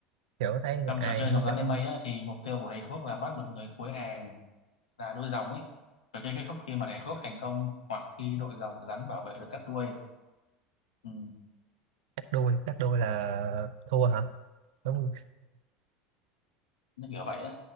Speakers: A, on the right; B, on the left.
A: kiểu thấy
B: trong
A: ai
B: trò chơi
A: hướng
B: dòng rắn
A: dẫn
B: lên mây á thì mục tiêu của thầy thuốc là bắt được người cuối hàng là đuôi rồng ấy trò chơi kết thúc khi mà thầy thuốc thành công hoặc khi đội rồng rắn bảo vệ được cắt đuôi ừ,
A: cắt đuôi cắt đuôi là thua hả đúng rồi.
B: nó kiểu vậy á